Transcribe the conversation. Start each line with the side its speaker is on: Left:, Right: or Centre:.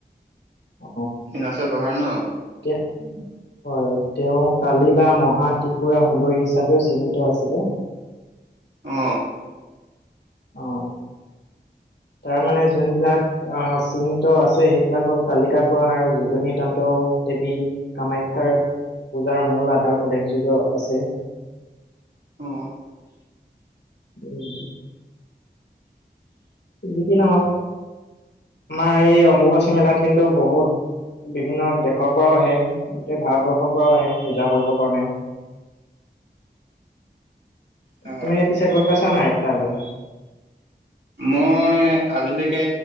Left: অ,
Right: নীলাচল পাহাৰ ন,
Left: <inaudible> হয় তেওঁ কালি বা মহা ত্ৰিপুৰা সুন্দৰ হিচাপেও চিহ্নিত আছিলে। <unintelligible>
Right: অ,
Left: অ, তাৰমানে যোনবিলাক। আহ চিহ্নিত আছে সেইবিলাক হ'ল কালিকা পুৰাণ আৰু যোগনী তন্ত দেৱী। কামাখ্যাৰ পূজাৰ মূল আধাৰত উল্লেখযোগ্য আছে।
Right: অ
Left: উম, যিকি নহক। আমাৰ এই অম্বুবাচী মেলাত কিন্তু বহুত। বিভিন্ন দেশৰ পৰাও আহে, গোটেই ভাৰতবৰ্ষৰ পৰাও আহে, পূজা কৰিবৰ কাৰণে
Right: অ
Left: তুমি
Right: হয়
Left: পিছে, গৈ পাইছা নাই তালৈ?
Right: মই, আজিলৈকে,